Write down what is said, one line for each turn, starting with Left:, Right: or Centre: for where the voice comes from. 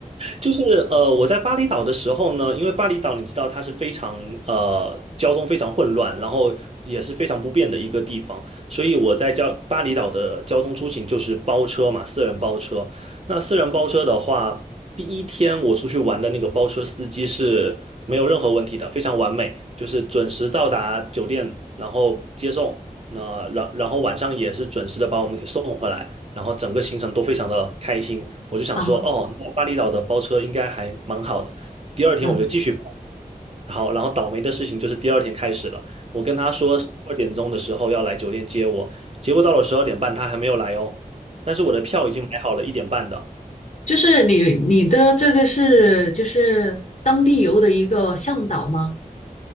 Right: 就是呃，我在巴厘岛的时候呢，因为巴厘岛你知道它是非常呃交通非常混乱，然后也是非常不便的一个地方，所以我在交巴厘岛的交通出行就是包车嘛，私人包车。那私人包车的话，第一天我出去玩的那个包车司机是没有任何问题的，非常完美，就是准时到达酒店，然后接送，那然然后晚上也是准时的把我们给送回来。然后整个行程都非常的开心。我就想说，
Left: 啊，
Right: 哦，那巴厘岛的包车应该还蛮好的。第二天我就继续包，
Left: 嗯，
Right: 然后然后倒霉的事情就是第二天开始了。我跟他说十二点钟的时候要来酒店接我，结果到了十二点半他还没有来哦，但是我的票已经买好了一点半的。
Left: 就是你你的这个是就是当地游的一个向导吗？